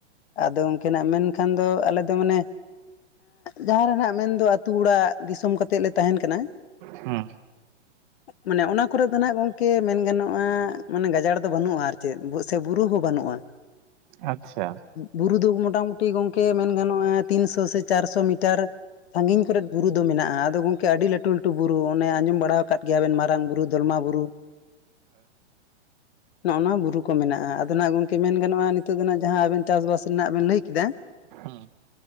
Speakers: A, on the left (about 60°); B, on the right (about 45°).
A: ᱟᱫᱚ ᱩᱱᱠᱤᱱᱟᱜ ᱢᱮᱱᱠᱷᱟᱱ ᱫᱚ ᱟᱞᱮ ᱫᱚ ᱢᱟᱱᱮ ᱡᱟᱦᱟᱸ ᱨᱮᱱᱟᱜ ᱢᱮᱱᱫᱚ ᱛᱩ ᱚᱲᱟᱜ ᱫᱤᱥᱚᱢ ᱠᱟᱛᱮᱫ ᱞᱮ ᱛᱟᱦᱮᱱ ᱠᱟᱱᱟ
B: ᱦᱩᱸ
A: ᱾ ᱢᱟᱱᱮ ᱚᱱᱟ ᱠᱚᱨ ᱫᱚ ᱱᱟᱜ ᱜᱚᱢᱠᱮ ᱢᱮᱱ ᱜᱟᱱᱚᱜᱼᱟ ᱢᱟᱱᱮ ᱜᱟᱡᱟᱲ ᱫᱚ ᱵᱟᱹᱱᱩᱜᱼᱟ ᱟᱨ ᱪᱮᱫ ᱥᱮ ᱵᱩᱨᱩ ᱦᱚᱸ ᱵᱟᱹᱱᱩᱜᱼᱟ ᱾
B: ᱟᱪᱪᱷᱟ
A: ᱵᱩᱨᱩ ᱫᱚ ᱢᱳᱴᱟᱢᱩᱴᱤ ᱜᱚᱝᱠᱮ ᱢᱮᱱ ᱜᱟᱱᱚᱜᱼᱟ ᱛᱤᱱᱥᱚ ᱥᱮ ᱪᱟᱨᱥᱚ ᱢᱤᱴᱟᱨ ᱥᱟᱺᱜᱤᱧ ᱠᱚᱨᱮᱫ ᱵᱩᱨᱩ ᱫᱚ ᱢᱮᱱᱟᱜᱼᱟ ᱟᱫᱚ ᱜᱚᱝᱠᱮ ᱟᱹᱰᱤ ᱞᱟᱹᱩᱩ ᱞᱟᱹᱴᱩ ᱵᱩᱨᱩ ᱚᱱᱮ ᱟᱸᱡᱚᱢ ᱵᱟᱲᱟ ᱟᱠᱟᱫ ᱜᱮᱭᱟ ᱵᱤᱱ ᱢᱟᱨᱟᱝ ᱵᱩᱨᱩ ᱫᱚᱞᱢᱟ ᱵᱩᱨᱩ ᱾ ᱱᱚᱜᱼ ᱱᱚᱣᱟ ᱵᱩᱨᱩ ᱠᱚ ᱢᱮᱱᱟᱜᱼᱟ ᱟᱫᱚ ᱱᱟᱜ ᱜᱚᱝᱠᱮ ᱢᱮᱱ ᱜᱟᱱᱚᱜᱼᱟ ᱱᱤᱛᱚᱜ ᱫᱚ ᱱᱟᱜ ᱡᱟᱦᱟᱸ ᱟᱵᱤᱱ ᱪᱟᱥᱵᱟᱥ ᱨᱮᱱᱟᱜ ᱵᱮᱱ ᱞᱟᱹᱭ ᱠᱮᱫᱟ
B: ᱦᱩᱸ